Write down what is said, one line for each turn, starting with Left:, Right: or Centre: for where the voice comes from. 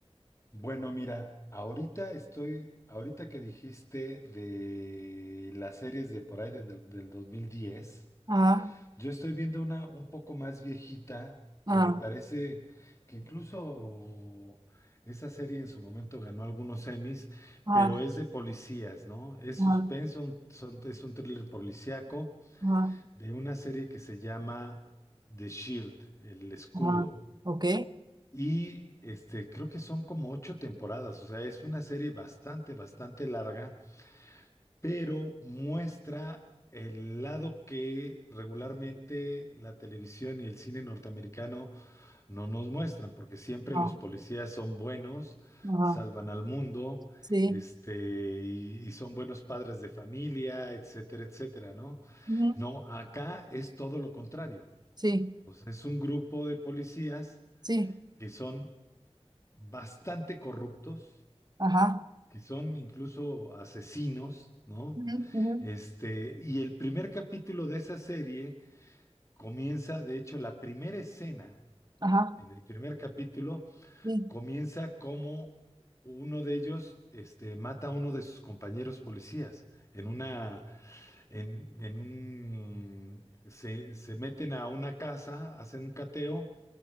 Left: Bueno, mira, ahorita estoy, ahorita que dijiste de las series de por ahí de- del del 2010.
Right: Ah,
Left: yo estoy viendo una un poco más viejita
Right: ah,
Left: que me parece que incluso esa serie en su momento ganó algunos Emmys,
Right: ah,
Left: pero es de policías, ¿no? Es
Right: ah,
Left: suspenso, un- son- es un thriller policíaco
Right: ah,
Left: de una serie que se llama The Shield, el escudo.
Right: ah, ok,
Left: Y este, creo que son como ocho temporadas, o sea, es una serie bastante, bastante larga, pero muestra el lado que regularmente la televisión y el cine norteamericano no nos muestran, porque siempre
Right: ah,
Left: los policías son buenos,
Right: ajá,
Left: salvan al mundo,
Right: sí,
Left: este, y, y son buenos padres de familia, etcétera, etcétera, ¿no?
Right: ujú,
Left: No, acá es todo lo contrario.
Right: sí,
Left: O sea, es un grupo de policías
Right: sí,
Left: que son bastante corruptos,
Right: ajá,
Left: que son incluso asesinos, ¿no?
Right: ujú, ujú,
Left: Este, y el primer capítulo de esa serie comienza, de hecho, la primera escena
Right: ajá,
Left: en el primer capítulo
Right: sí,
Left: comienza como uno de ellos este, mata a uno de sus compañeros policías en una, en, en un, se, se meten a una casa, hacen un cateo